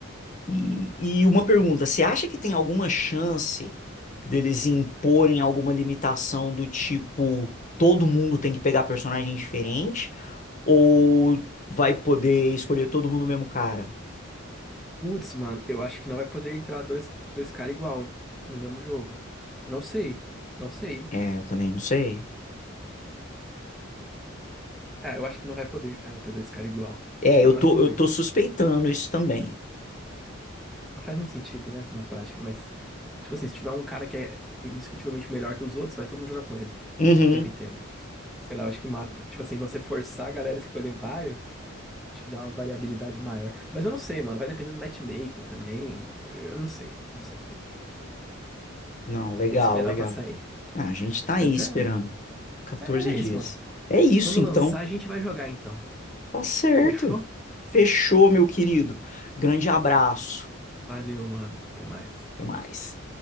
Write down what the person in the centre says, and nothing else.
Putz, mano, eu acho que não vai poder entrar dois, dois caras igual no mesmo jogo. Não sei, não sei.
É, eu acho que não vai poder, cara, ter dois caras igual.
Mas
vamos
ver.
Não faz muito sentido, né, na prática, mas... Tipo assim, se tiver um cara que é indiscutivelmente melhor que os outros, vai todo mundo jogar com ele.
O tempo inteiro. Sei lá, eu acho que mata. Tipo assim, você forçar a galera a escolher vários, Acho que dá uma variabilidade maior. Mas eu não sei, mano. Vai depender do matchmaking também. Eu não sei, não sei.
Tem que esperar
pra sair.
Mas
é,
é, mas é
isso, mano.
Quando
lançar, a gente vai jogar então.
Fechou?
Valeu, mano. Até mais.